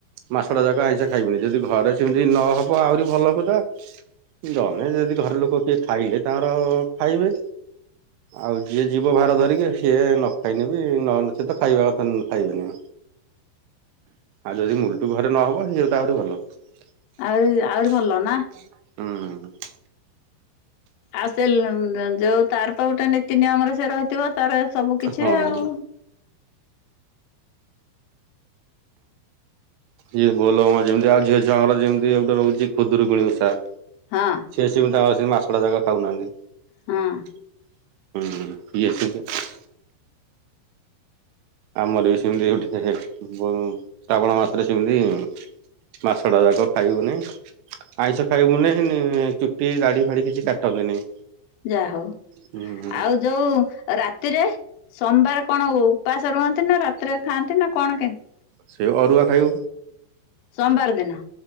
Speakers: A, on the right (about 80°); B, on the left (about 80°).
A: ମାଛ ଟା ଯାକ ଆଇଁଷ ଖାଇବିନି, ଯଦି ଘରେ ସେମିତି ନହବ ଆହୁରି ଭଲ କଥା। ଜଣେ ଯଦି ଘରେ ଲୋକ କିଏ ଖାଇଲେ, ତାଙ୍କର ଖାଇବେ ଆଉ ଯିଏ ଜୀବ ଭାର ଧରିକି ସିଏ ନ ଖାଇନେ ବି ନ ସ ତ ଖାଇବା କଥା ଖାଇବେନି। ଆଉ ଯଦି ମୁଲଟୁ ଘରେ ନହବ ସେଇ ଯଉ ତ ଆହୁରି ଭଲ। ହୁଁ।
B: ଆହୁରି ଆହୁରି ଭଲ ନା। ଆଉ ସେ ଯୋଉ ତାର ତ ଗୋଟେ ନୀତି ନିୟମରେ ସେ ରହିଥିବ, ତାର ସବୁ କିଛି
A: ହଁ।
B: ଆଉ।
A: ଇଏ ବୋଉଲୋ ମର ଯେମିତି ଆଉ ଝିଅଛୁଆଙ୍କର ଯେମିତି ଗୋଟେ ରହୁଛି ଖୁଦୁରକୁଣି ଓଷା।
B: ହଁ ଅ।
A: ସିଏ ସେ ତାଙ୍କ ସେ ମାସଟା ଯାକ ଖାଉନାହାନ୍ତି।
B: ହଁ ଅ।
A: ହୁଁ <unintelligible> ଆମର ବି ସେମିତି ଗୋଟେ ଶ୍ରାବଣ ମାସରେ ସେମିତି ମାସଟା ଯାକ ଖାଇହଉନି। ଆଇଁଷ ଖାଇବୁନି ଚୁଟି ଦାଢ଼ି ଫାଡି କିଛି କାଟନ୍ତିନି।
B: ଯାହା ହଉ
A: ହୁଁ
B: ଆଉ ଯୋଉ ରାତିରେ ସୋମବାର କଣ ହ? ଉପାସ ରୁହନ୍ତି ନା ରାତିରେ ଖାନ୍ତି ନା କଣ କେମିତି?
A: ସେଇ ଅରୁଆ ଖାଇବୁ।
B: ସୋମବାର ଦିନ।